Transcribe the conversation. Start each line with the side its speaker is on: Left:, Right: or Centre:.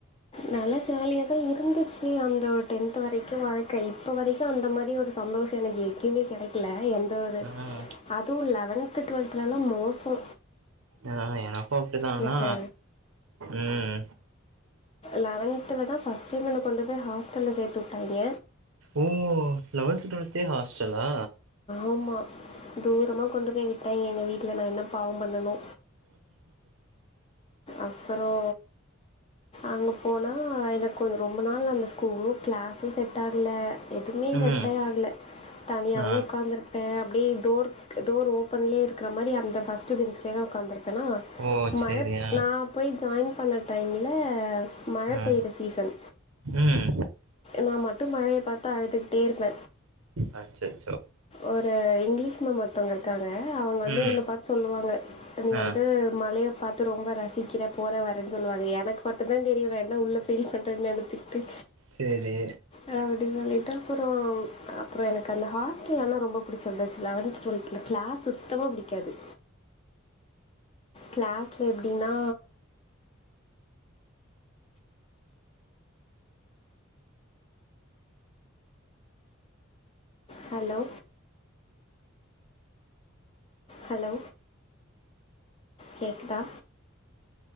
Left: நல்லா ஜாலியாதா இருந்துச்சு அந்த ஒரு டென்த்து வரைக்கு வாழ்க்கை இப்போ வரைக்கு அந்த மாரி ஒரு சந்தோஷோ எனக்கு எங்கேமே கெடைக் ல எந்த ஒரு
Right: ஆ
Left: அது லெவன்த்து டுவெல்த்துலலா மோசோ
Right: ஆ எனக்கு அப்டிதா
Left: எனக்கு
Right: ஆனா ம்
Left: லவன்த்திலதா ஃபஸ்ட்டு என்னன்ன கொண்டு போய் ஹாஸ்டல்ல சேத்து உட்டாய்ங்க
Right: ஓ லெவன்த்து டுவெல்த்தே ஹாஸ்டலா
Left: ஆமா தூரமா கொண்டு போய் விட்டாய்ங்க எங்க வீட்ல நா என்ன பாவோ பண்ணனோ அப்புறோ அங்க போனா எனக்கு ரொம்ப நாள் அந்த ஸ்கூலு கிளாஸு செட்டாகுல எதுமே
Right: ம்
Left: செட்டே ஆகல தனியாவே
Right: ஆ
Left: ஒக்காந்துருப் பே அப்டியே டோர்க் டோர் ஓப்பன்லே இருக்ற மாரி அந்த ஃபஸ்ட்டு பென்ஸ்லேதா ஒக்காந்துருப் பனா
Right: ஓ
Left: மழ
Right: சேரி ஆ
Left: நா போய் ஜாய்ன் பண்ண டைம்ல மழ
Right: ஆ
Left: பெய்ற சீசன்
Right: ம்
Left: நா மட்டு மழைய பாத்து அழுதுகிட்டே இருப்ப
Right: ஆ சேர்
Left: ஒரு இங்லீஷ் மேம் ஒருத்தவ்ங்க இருக்காங்க அவுங்க வந்து
Right: ம்
Left: என்ன பாத் சொல்லுவாங்க நீ வந்து
Right: ஆ
Left: மழைய பாத்து ரொம்ப ரசிக்கிற போற வரனு சொல்லுவாங்க எனக்கு மட்டுந்தா தெரியு இவ என்ன உள்ள ஃபீல் பண்ற நெனச்சிக்ட்டு
Right: சேரி
Left: அ அப்டின் சொல்லிட்டு அப்பறோ ம் அப்பற எனக்கு அந்த ஹாஸ்டல் ஆனா ரொம்போ புடிச்சிருந்துச்சு லெவன்த்து டுவெல்த்துல கிளாஸ் சுத்தமா புடிக்காது கிளாஸ்ல எப்டினா ஹலோ ஹலோ கேக்குதா